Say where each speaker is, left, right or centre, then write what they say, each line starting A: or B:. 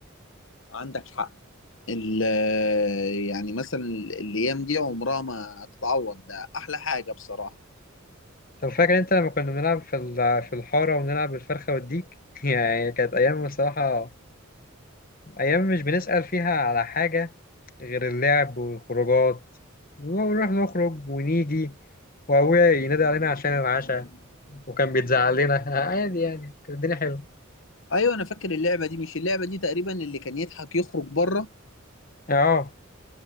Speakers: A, on the left; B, on the left.
A: عندك حق ال يعني مثلا الأيام دي عمرها ما هتتعوض ده أحلى حاجة بصراحة
B: طب فاكر انت لما كنا بنلعب في ال- في الحارة ونلعب بالفرخة والديك؟ <laughs> يعني كانت أيام بصراحة أيام مش بنسأل فيها على حاجة غير اللعب والخروجات ونروح نخرج ونيجي وأبويا ينادي علينا عشان العشاء وكان بيتزعل لنا <laughs> عادي يعني كانت الدنيا حلوة
A: أيوة أنا فاكر اللعبة دي مش اللعبة دي تقريبا اللي كان يضحك يخرج بره
B: اه